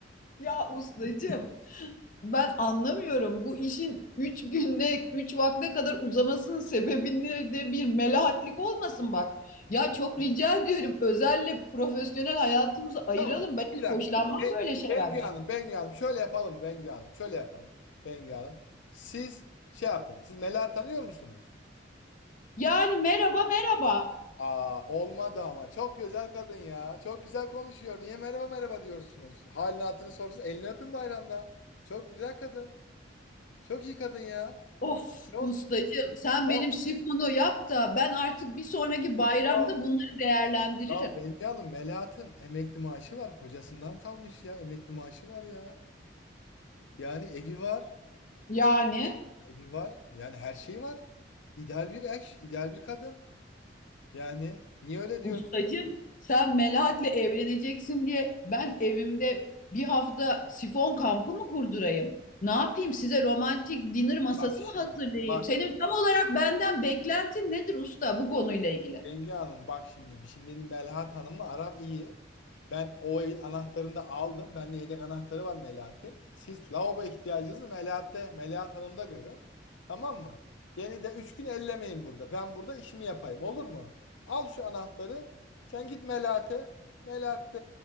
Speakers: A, on the left; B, on the left.
A: Ya ustacığım ben anlamıyorum. Bu işin üç günde, üç vakte kadar uzamasının sebebinde de bir melahatlik olmasın bak. Ya çok rica ediyorum özelle profesyonel hayatımızı ayıralım.
B: Tamam.
A: Ben
B: Bir
A: hiç
B: dakika.
A: hoşlanmam
B: Ben,
A: böyle şeylerden.
B: Bengü Hanım, Bengü Hanım. Şöyle yapalım mı Bengü Hanım? Şöyle yapalım. Bengü Hanım. Siz şey yapın. Siz Mela tanıyor musunuz?
A: Yani merhaba merhaba.
B: Aa, olmadı ama. Çok güzel kadın ya. Çok güzel konuşuyor. Niye merhaba merhaba diyorsunuz? Halini hatırını sorsanız elini öpün bayramda. Çok güzel kadın. Çok iyi kadın ya.
A: Of
B: Çok.
A: ustacığım sen
B: Ya,
A: benim sifonu yap da ben artık bir sonraki bayramda
B: ya,
A: bunları değerlendiririm.
B: ya Bengü Hanım Melahat'ın emekli maaşı var. Kocasından kalmış ya. Emekli maaşı var ya. Yani evi var.
A: Yani
B: Evi var. Yani her şeyi var. İdeal bir eş, ideal bir kadın. Yani niye öyle
A: Ustacım
B: diyorsunuz?
A: sen Melahat'le evleneceksin diye ben evimde bir hafta sifon kampı mı kurdurayım? Ne yapayım size romantik dinner masası
B: Bak şimdi.
A: mı hazırlayayım?
B: Bak
A: Senin tam olarak benden beklentin nedir usta bu konuyla ilgili?
B: Bengü Hanım bak şimdi. Şimdi benim Melahat Hanım'la aram iyi. Ben o evin anahtarını da aldım. Bende yedek anahtarı var Melahat'in. Siz lavabo ihtiyacınızı Melahat'te, Melahat Hanım'da görün. Tamam mı? Beni de üç gün ellemeyin burada. Ben burada işimi yapayım. Olur mu? Al şu anahtarı. Sen git Melahat'e. Melahat